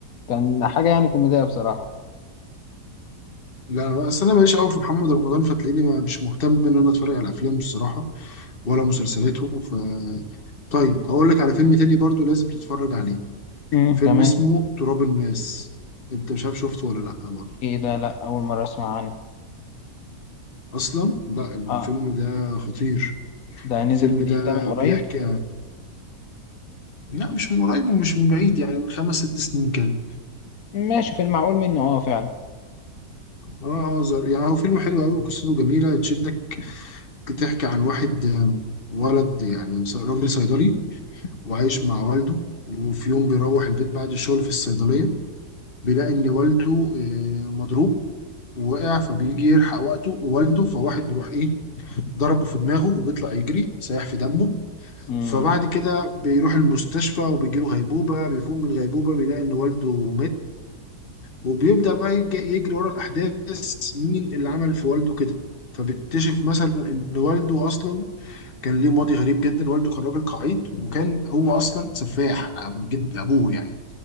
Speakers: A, on the left; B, on the left.
A: كان حاجة يعني كوميدية بصراحة
B: لا اصل انا ماليش قوي في محمد رمضان فتلاقيني ما- مش مهتم ان انا اتفرج على افلامه الصراحه ولا مسلسلاته ف طيب هقول لك على فيلم تاني برضو لازم تتفرج عليه
A: امم
B: فيلم
A: تمام
B: اسمه تراب الماس انت مش عارف شفته ولا لا برضه
A: ايه ده لا أول مرة أسمع عنه
B: اصلا لا الفيلم
A: اه
B: ده خطير
A: ده نزل
B: الفيلم
A: جديد
B: ده
A: ده من قريب
B: بيحكي لا مش من قريب ومش من بعيد يعني من خمس ست سنين كده
A: ماشي في المعقول منه اه فعلا
B: اه اه زر... يعني هو فيلم حلو قوي قصته جميله تشدك بتحكي عن واحد آه، ولد يعني ص- راجل صيدلي وعايش مع والده وفي يوم بيروح البيت بعد الشغل في الصيدليه بيلاقي ان والده آه، مضروب ووقع فبيجي يلحق وقته والده فواحد بيروح ايه ضربه في دماغه وبيطلع يجري سايح في دمه
A: امم
B: فبعد كده بيروح المستشفى وبيجيله غيبوبة بيفوق من الغيبوبة بيلاقي إن والده مات وبيبدأ بقى يج- يجري ورا الأحداث مين اللي عمل في والده كده فبيكتشف مثلا إن والده أصلا كان ليه ماضي غريب جدا والده كان راجل قعيد وكان هو أصلا سفاح أبو جد أبوه يعني